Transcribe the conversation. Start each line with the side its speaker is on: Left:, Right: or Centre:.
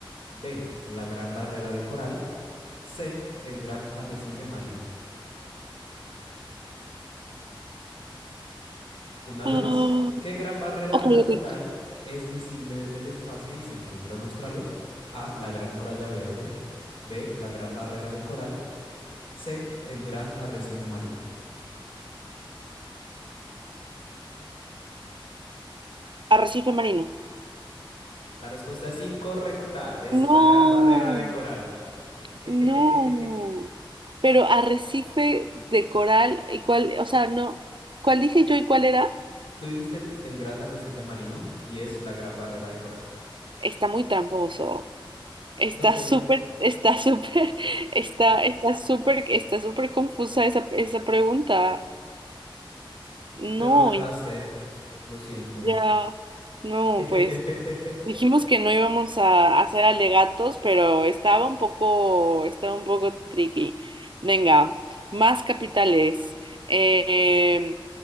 Left: B. La Gran Barrera de Coral. C. El Gran Arrecife Marino. Una vez
Right: Ah,
Left: más, ¿qué gran barrera
Right: ok,
Left: natural
Right: ok.
Left: es visible desde el espacio y se encuentra en Australia? A. La Gran Muralla Verde. B. La Gran Barrera de Coral. C. El Gran Arrecife Marino.
Right: Arrecife marino.
Left: La respuesta es incorrecta. Es
Right: No,
Left: la Gran Barrera de Coral.
Right: no.
Left: <laughs>
Right: Pero arrecife de coral, ¿y cuál? O sea, no. ¿Cuál dije yo y cuál era?
Left: Tú dijiste el, el gran arrecife marino y es la gran barrera de coral.
Right: Está muy tramposo. Está
Left: Lo sé,
Right: súper, está súper, <laughs> está, está súper, está súper confusa esa, esa pregunta. No,
Left: pero la erraste. Lo siento.
Right: ya, no,
Left: <laughs>
Right: pues dijimos que no íbamos a hacer alegatos, pero estaba un poco, estaba un poco tricky. Venga, más capitales. Eh,